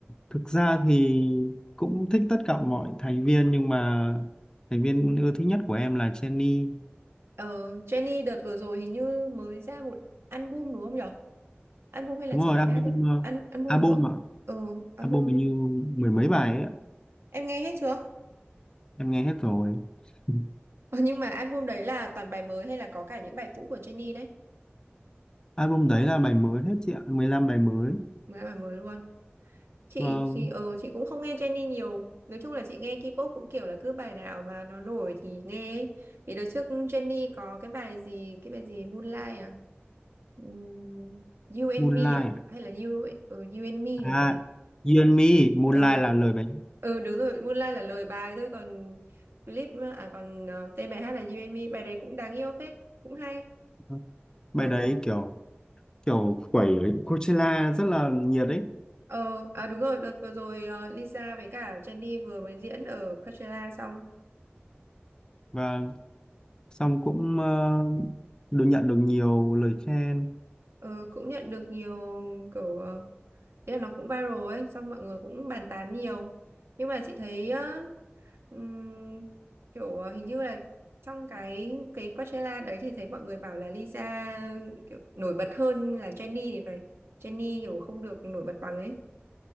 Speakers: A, on the left; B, on the right.
A: thực ra thì cũng thích tất cả mọi thành viên nhưng mà thành viên ưa thích nhất của em là Jennie
B: Ờ, Jennie đợt vừa rồi hình như mới ra một album đúng không nhở? Album hay là
A: đúng
B: chỉ
A: rồi
B: bài
A: album
B: hát thôi?
A: ờ,
B: Al album
A: album
B: đúng không?
A: ạ
B: Ừ, album.
A: album hình như mười mấy bài ấy ạ.
B: Em nghe hết chưa?
A: em nghe hết rồi <laughs>
B: Ờ, nhưng mà album đấy là toàn bài mới hay là có cả những bài cũ của Jennie đấy?
A: album đấy là bài mới hết chị ạ 15 bài mới
B: Mới bài mới luôn. chị
A: vâng
B: chị ờ chị cũng không nghe Jennie nhiều nói chung là chị nghe K-pop cũng kiểu là cứ bài nào mà nó nổi thì nghe ấy. thì đợt trước Jennie có cái bài gì cái bài gì Moonlight à Ừm, You and
A: Moonlight
B: Me à hay là You ờ, You and Me
A: à
B: thì phải
A: You and Me Moonlight
B: ờ
A: là lời bài
B: ừ đúng rồi Moonlight là lời bài thôi còn clip à còn ờ, tên bài hát là You and Me bài đấy cũng đáng yêu phết cũng hay
A: hát bài
B: ờ
A: đấy kiểu kiểu quẩy ở Coachella rất là nhiệt ấy
B: ờ à đúng rồi đợt vừa rồi ờ, Lisa với cả Jennie vừa mới diễn ở Coachella xong
A: và xong cũng ờ, được nhận được nhiều lời khen
B: Ờ, cũng nhận được nhiều kiểu ờ, ý là nó cũng viral ấy xong mọi người cũng bàn tán nhiều nhưng mà chị thấy á, ừm, kiểu ờ, hình như là trong cái cái Coachella đấy thì thấy mọi người bảo là Lisa kiểu nổi bật hơn là Jennie thì phải Jennie kiểu không được nổi bật bằng ấy